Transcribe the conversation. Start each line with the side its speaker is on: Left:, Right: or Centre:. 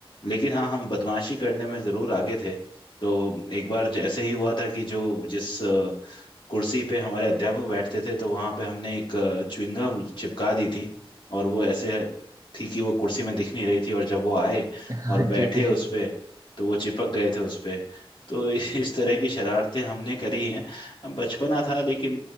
Left: लेकिन हाँ हम बदमाशी करने में जरूर आगे थे तो एक बार जैसे ही हुआ था कि जो जिस कुर्सी पे हमारे अध्यापक बैठते थे तो वहां पे हमने एक च्युइंगम चिपका दी थी और वो ऐसे थी कि वो कुर्सी में दिख नहीं रही थी और जब वो आए
Right: हाँ
Left: और बैठे
Right: जी जी
Left: उस
Right: <laughs>
Left: पे तो वो चिपक गए थे उस पे तो <laughs> इस तरह की शरारतें हमने करी हैं अब बचपना था लेकिन